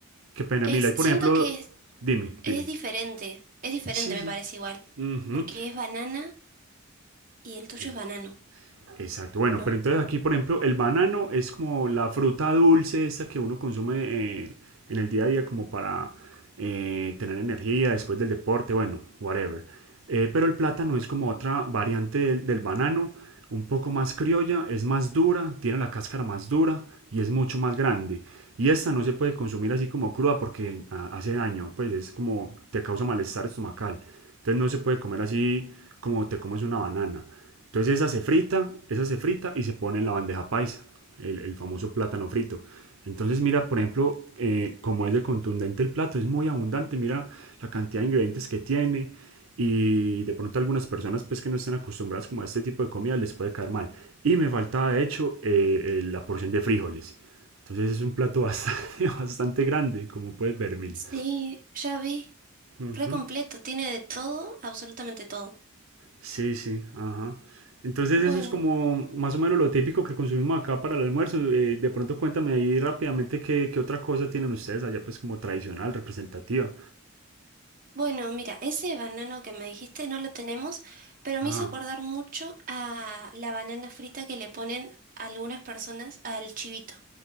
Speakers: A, on the right; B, on the right.
A: qué pena,
B: Es,
A: Mila, hay, por
B: siento
A: ejemplo,
B: que es,
A: dime,
B: es
A: dime.
B: diferente. Es diferente,
A: Sí,
B: me
A: sí.
B: parece igual.
A: Ujú.
B: Porque es banana y el tuyo
A: Eh,
B: es banano,
A: Exacto, bueno,
B: ¿no?
A: pero entonces aquí, por ejemplo, el banano es como la fruta dulce esta que uno consume eh, en el día a día como para eh, tener energía después del deporte, bueno, whatever. Eh, pero el plátano es como otra variante del, del banano, un poco más criolla, es más dura, tiene la cáscara más dura y es mucho más grande. Y esta no se puede consumir así como cruda porque ah, hace daño, pues es como te causa malestar estomacal. Entonces no se puede comer así como te comes una banana. Entonces esa se frita, esa se frita y se pone en la bandeja paisa, el, el famoso plátano frito. Entonces mira, por ejemplo, eh, como es de contundente el plato, es muy abundante, mira la cantidad de ingredientes que tiene y de pronto a algunas personas pues que no están acostumbradas como a este tipo de comida les puede caer mal. Y me faltaba de hecho eh, eh, la porción de frijoles. Entonces es un plato <laughs> bastante, bastante grande, como puedes ver, Mili.
B: Sí, ya vi.
A: Ujú.
B: Re completo. Tiene de todo, absolutamente todo.
A: Sí, sí, ajá. Entonces
B: Bueno.
A: eso es como más o menos lo típico que consumimos acá para el almuerzo. Eh, de pronto cuéntame ahí rápidamente qué, qué otra cosa tienen ustedes allá pues como tradicional, representativa.
B: Bueno, mira, ese banano que me dijiste no lo tenemos, pero
A: Ah,
B: me hizo acordar mucho a la banana frita que le ponen algunas personas al chivito.